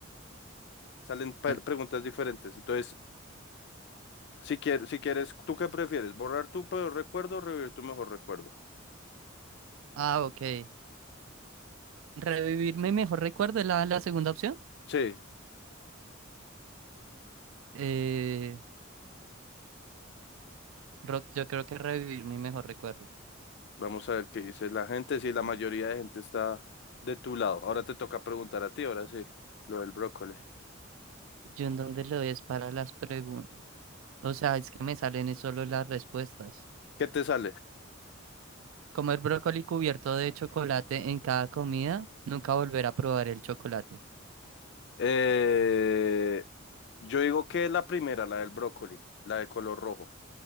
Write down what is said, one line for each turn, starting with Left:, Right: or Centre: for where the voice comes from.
Left: salen pe-
Right: <laughs>
Left: preguntas diferentes. Entonces, si quieres, si quieres, ¿tú qué prefieres? ¿Borrar tu peor recuerdo o revivir tu mejor recuerdo?
Right: Ah, ok. Revivir mi mejor recuerdo es la, la segunda opción.
Left: Sí.
Right: Eh, Rock, yo creo que revivir mi mejor recuerdo.
Left: Vamos a ver qué dice la gente. si la mayoría de gente está de tu lado. Ahora te toca preguntar a ti, ahora sí, lo del brócoli.
Right: ¿Yo en dónde lo es para las preguntas? O sea, es que me salen es solo las respuestas.
Left: ¿Qué te sale?
Right: Comer brócoli cubierto de chocolate en cada comida, nunca volver a probar el chocolate.
Left: Eh, yo digo que la primera, la del brócoli, la de color rojo.